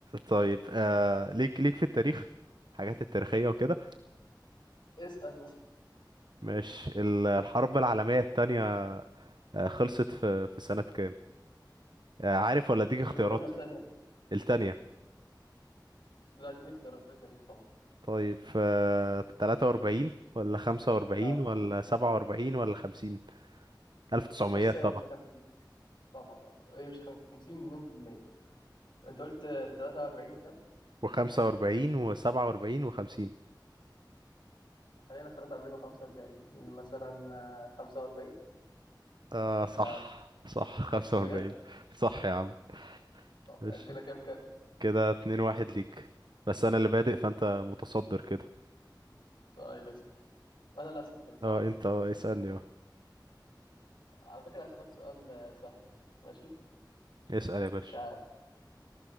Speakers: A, on the right; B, on the left.
A: طيب آه ليك ليك في التاريخ حاجات التاريخية وكده
B: اسال مثلا
A: ماشي ال- الحرب العالمية التانية آه، خلصت في في سنة كام آه عارف
B: ال-
A: ولا اديك اختيارات
B: الاولى ولا الثانيه
A: التانية
B: لا اديني اختيارات يا ريت طبعا
A: طيب آه 43 ولا 45
B: اه
A: ولا 47 ولا 50 1900
B: بص
A: طبعا
B: هي مش خمسة طبعا اه هي مش 50 مليون في المية انت قلت 43 وكام
A: و45 و47 و50
B: خلينا في 43 و45 مثلا آه، 45
A: آه صح
B: مش عارف
A: صح <laughs> 45
B: بجد
A: صح يا عم
B: طب
A: ماشي
B: آه، كده كام كام
A: كده 2 1 ليك بس انا اللي بادئ فانت متصدر كده
B: طيب اسأل انا اللي اسأل كده صح
A: اه انت اه اسألني اه
B: على فكرة اسألك سؤال آه، سهل ماشي
A: اسأل يا باشا
B: مش عارف